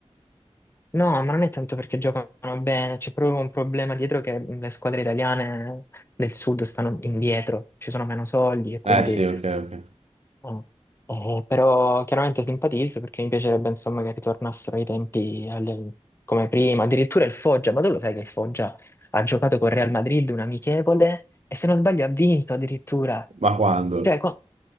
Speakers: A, on the left (about 20°); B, on the right (about 80°).
A: No, ma non è tanto perché giocano bene, c'è proprio un problema dietro che le squadre italiane del sud stanno indietro, ci sono meno soldi e quindi
B: Eh sì, ok, ok.
A: Ah. Eh, però chiaramente simpatizzo perché mi piacerebbe insomma che ritornassero i tempi alle- come prima, addirittura il Foggia, ma tu lo sai che il Foggia ha giocato con Real Madrid un amichevole e se non sbaglio ha vinto addirittura,
B: Ma quando?
A: cioè qua-